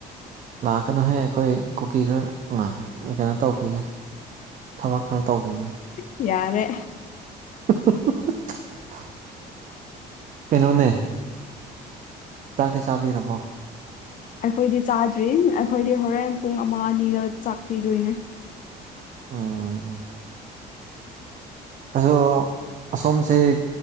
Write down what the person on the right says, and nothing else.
ꯂꯥꯛꯀꯅꯨꯍꯦ ꯑꯩꯈꯣꯏ ꯀꯨꯀꯤ ꯈꯔ ꯂ ꯀꯩꯅꯣ ꯇꯧ ꯇꯧꯈꯤꯒꯦ ꯊꯕꯛ ꯈꯔ ꯇꯧꯈꯤꯒꯦ
<unintelligible> ꯀꯩꯅꯣꯅꯦ ꯆꯥꯛꯇꯤ ꯆꯥꯕꯤꯔꯕꯣ
ꯎꯝ
ꯑꯗꯣ ꯑꯁꯣꯝꯁꯦ